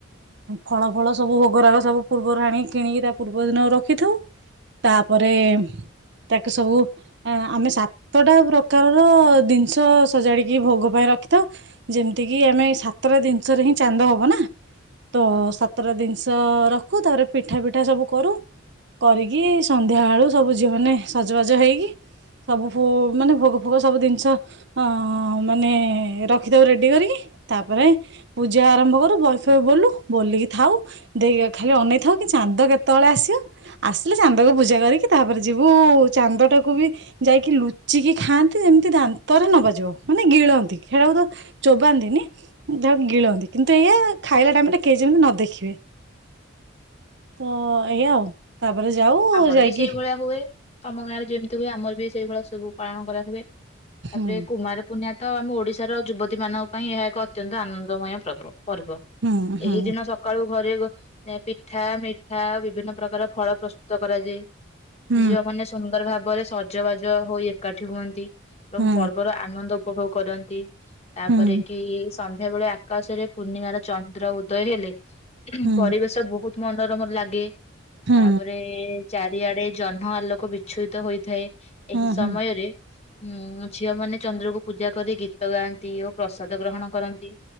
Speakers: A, on the right; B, on the left.
A: ଫଳ ଫଳ ସବୁ ଭୋଗରାଗ ସବୁ ପୂର୍ବରୁ ଆଣିିକି କିଣିକି ତା ପୂର୍ବ ଦିନ ରଖିଥାଉ। ତାପରେ ତାକୁ ସବୁ ଆମେ ସାତଟା ପ୍ରକାରର ଦିନିଷ ସଜାଡିକି ଭୋଗ ପାଇଁ ରଖିଥଉା। ଯେମିତି କିି ଆମେ ସାତଟା ଜିନିଷରେ ହିଁ ଚାନ୍ଦ ହବ ନା। ତ
B: ହଁ।
A: ସତର ଦିନସ ରଖ <unintelligible> ପିଠା ଫିଠା ସବୁ କରୁ। କରିକି ସନ୍ଧ୍ୟା ବେଳୁ ସବୁ ଝିଅ ମାନେ ସଜବାଜ ହେଇକି। ସବୁ ମାନେ ଭୋଗ ଫୋଗ ସବୁ ଜିନିଷ ହଁ ମାନେ ରଖିଥାଉ ରେଡି କରିକି। ତାପରେ ପୂଜା ଆରମ୍ଭ କରୁ ବହିଫଇ ବୋଲୁ। ବୋଲିକି ଥାଉ ଦେଇ ଖାଲି ଅନେଇଥାଉ କି ଚାନ୍ଦ କେତେବେଳେ ଆସିବ। ଆସିଲେ ଚାନ୍ଦକୁ ପୂଜା କରିକି ତାପରେ ଯିବୁ ଚାନ୍ଦଟାକୁ ବି ଯାଇକି ଲୁଚିକି ଖାଆନ୍ତି। ଏମିତି ଦାନ୍ତ ଦାନ୍ତରେ ନବାଜଉ ମାନେ ଗିଳନ୍ତି ଚୋବାନ୍ତିନି। ଯାହାକୁ ଗିଳନ୍ତି କିନ୍ତୁ ଏଇଆ ଖାଇଲା ଟାଇମରେ କେହି ଯେମିତି ନ ଦେଖିବେ। ତ ଏଇଆ ଆଉ ତାପରେ ଯାଉ
B: ଆମର
A: ଯାଇକି
B: ବି ସେଇଭଳିଆ ହୁଏ। ତମ ଗାଁରେ ଯେମିତି ହୁଏ। ଆମର ବି ସେଇଭଳିଆ ସବୁ ପାଳନ କରା ହୁଏ।
A: ହୁଁ
B: ତାପରେ କୁମାର ପୂର୍ଣ୍ଣିମା ତ ଆମ ଓଡିଶାର ଯୁବତୀ ମାନଙ୍କ ପାଇଁ ଏହା ଏକ ଅତ୍ୟନ୍ତ ଆନନ୍ଦମୟ ପର୍ବ। ପର୍ବ
A: ହୁଁ ହୁଁ
B: ଏହି ଦିନ ସକାଳୁ ଘରେ <inaudible> ପିଠା ମିଠା ବିଭିନ୍ନ ପ୍ରକାର ଫଳ ପ୍ରସ୍ତୁତ କରାଯାଏ।
A: ହୁଁ
B: ଝିଅ ମାନେ ସୁନ୍ଦର ଭାବେ ପରେ ସଜବାଜ ହୋଇ ଏକାଠି ହୁଅନ୍ତି। ଏବଂ
A: ହୁଁ
B: ପର୍ବର ଆନନ୍ଦ ଉପଭୋଗ କରନ୍ତି। ତାପରେ
A: ହୁଁ
B: କି ସନ୍ଧ୍ୟା ବେଳେ ଆ କାଶରେ ପୂର୍ଣ୍ଣିମାର ଚନ୍ଦ୍ର ଉଦୟ ହେଲେ
A: ହୁଁ
B: ପରିବେଶ ବହୁତ ମନୋରମ ଲାଗେ।
A: ହୁଁ
B: ତାପରେ ଚାରିଆଡେ ଜହ୍ନ ଆଲୋକ ବିଚ୍ଛୁରିତ ହୋଇଥାଏ।
A: ହୁଁ
B: ଏହି ସମୟରେ
A: ହୁଁ
B: ହୁଁ ଝିଅ ମାନେ ଚନ୍ଦ୍ରକୁ ପୂଜା କରି ଗୀତ ଗାଆନ୍ତି ଓ ପ୍ରସାଦ ଗ୍ରହଣ କରନ୍ତି,